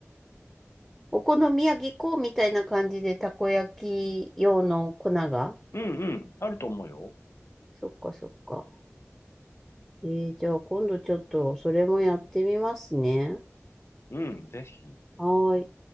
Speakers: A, in the centre; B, on the left (about 60°).
A: お好み焼き粉みたいな感じでたこ焼き用の粉が
B: うんうん、あると思うよ。
A: そっかそっか。えー、じゃあ今度ちょっとそれもやってみますね。
B: うん、ぜひ。
A: はーい。